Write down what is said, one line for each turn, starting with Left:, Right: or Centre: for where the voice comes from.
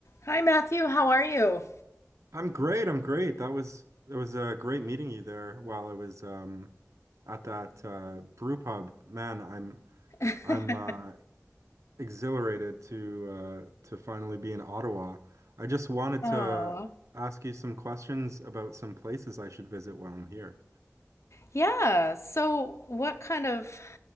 Left: Hi, Matthew. How are you?
Right: I'm great. I'm great. That was it was a uh, great meeting you there while I was um at that uh brew pub. Man, I'm
Left: <laughs>
Right: I'm uh exhilarated to uh to finally be in Ottawa. I just wanted
Left: Oh,
Right: to ask you some questions about some places I should visit while I'm here.
Left: Yeah. So, what kind of